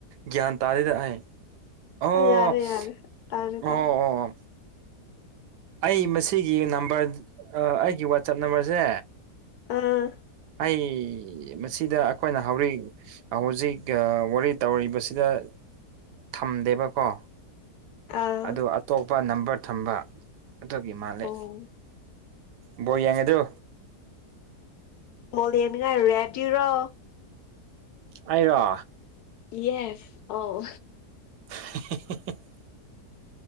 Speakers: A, on the right (about 80°); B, on the left (about 75°).
A: ꯒ꯭ꯌꯥꯟ ꯇꯥꯗꯦꯗ ꯑꯩ ꯑꯣ
B: ꯑꯥ ꯌꯥꯔꯦ ꯌꯥꯔꯦ ꯇꯥꯔꯦ
A: ꯑꯣ
B: ꯇꯥꯔꯦ ꯑꯍꯤ
A: ꯑꯣ ꯑꯩ ꯃꯁꯤꯒꯤ ꯅꯝꯕꯔ ꯑꯥ ꯑꯩꯒꯤ ꯋꯥꯆꯞ ꯅꯝꯕꯔꯁꯦ
B: ꯑꯥ
A: ꯑꯩ ꯃꯁꯤꯗ ꯑꯩꯈꯣꯏꯅ ꯍꯧꯔꯤꯛ ꯍꯧꯖꯤꯛ ꯑꯥ ꯋꯥꯔꯤ ꯇꯧꯔꯤꯕꯁꯤꯗ ꯊꯝꯗꯦꯕꯀꯣ
B: ꯑꯥ
A: ꯑꯗꯨ ꯑꯇꯣꯞꯄ ꯅꯝꯕꯔ ꯊꯝꯕ ꯑꯗꯨꯒꯤ ꯃꯥꯜꯂꯦ
B: ꯑꯣ
A: ꯕꯣꯜ ꯌꯦꯡꯉꯗꯨ
B: ꯃꯣꯜ ꯌꯦꯡꯅꯤꯉꯥꯏ ꯔꯦꯗꯤꯔꯣ
A: ꯑꯩꯔꯣ
B: ꯌꯦꯁ ꯑꯧ
A: <inaudible>